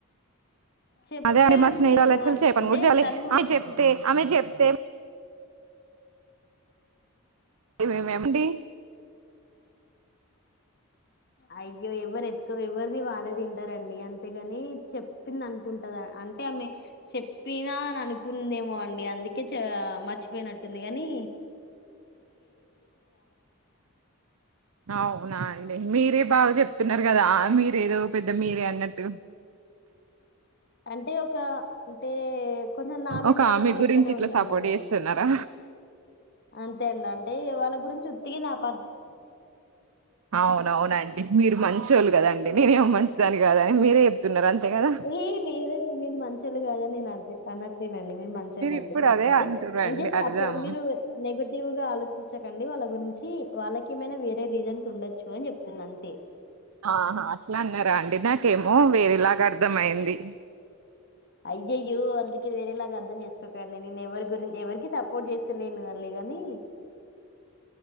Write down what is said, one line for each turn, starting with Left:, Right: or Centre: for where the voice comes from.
Left: చెప్పాను
Right: అదే అండి మా స్నేహిరాళ్ళచ్చి
Left: నేను అన్-
Right: చెప్పను
Left: అంటే
Right: కూడా చాలే
Left: తను కూడా
Right: ఆమె
Left: చెప్పి
Right: చెప్తే ఆమె చెప్తే ఏమేమి ఎమిడి
Left: అయ్యో ఎవరు ఎత్క ఎవరిది వాళ్ళే తింటారండి అంతేగాని చెప్పింది అనుకుంటద అంటే ఆమె చెప్పినా అని అనుకుందేమో అండి అందుకే చ మర్చిపోయినట్టుంది గాని
Right: అవునా అండి మీరూ ఇప్పు మీరు బాగా చెప్తున్నారు కదా మీరేదో ఒక పెద్ద మీరే అన్నట్టు
Left: అంటే ఒక అంటే కొంచెం నామెంటాలిటీ
Right: ఒక ఆమె
Left: లెక్కనే
Right: గురించి ఇట్లా
Left: ఉందండి
Right: సపోర్ట్
Left: అమేది
Right: చేస్తున్నారా
Left: అంతే అండి అంటే వాళ్ళ గురించి ఉత్తికేనా అప్
Right: అవునవునండి మీరు మంచోళ్ళు కదండి నేనేం మంచిదాని కాదని మీరే చెప్తున్నారు అంతే కదా
Left: ఏ లేదండి మీరు మంచొళ్ళు కాదని నేను అనట్లేదు అండి మీరు మంచొళ్ళు అండి
Right: ఇప్పుడు
Left: కాకపోతే
Right: అదే అంటురండి
Left: ఏం చేసేటప్పు
Right: అర్థం
Left: మీరు నెగా టివ్గా ఆలోచించకండి వాళ్ళ గురించి వాళ్ళకేమైనా వేరే రీజన్స్ ఉండొచ్చు అని చెప్తున్నా అంతే
Right: ఆహ అట్లా అన్నారా అండి నాకేమో వేరేలాగ అర్ధం అయింది
Left: అయ్యయ్యో అండి వేరేలాగా అర్థం చేసుకోకండి నేను ఎవరి గురిం ఎవరికి సపోర్ట్ చేస్తలేను సర్లే గాని